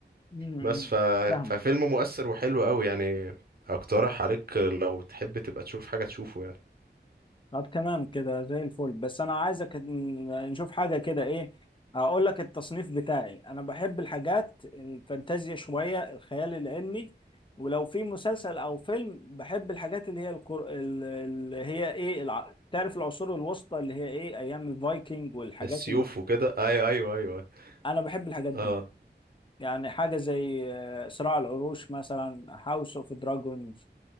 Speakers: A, on the left; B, on the right.
A: امم
B: بس ف...
A: فاهمك
B: ففيلم مؤثر وحلو قوي يعني اقترح عليك لو تحب تبقى تشوف حاجه تشوفه يعني
A: طب تمام كده زي الفل بس انا عايزك ن- نشوف حاجه كده ايه هقول لك التصنيف بتاعي انا بحب الحاجات الفانتازيا شويه الخيال العلمي ولو في مسلسل او فيلم بحب الحاجات اللي هي الكر... ال- اللي هي ايه الع... تعرف العصور الوسطى اللي هي ايه ايام الفايكنج والحاجات
B: السيوف
A: اللي
B: وكده اي ايوه ايوه
A: انا بحب الحاجات
B: اه
A: دي يعني حاجه زي آه، صراع العروش مثلا هاوس اوف دراجونز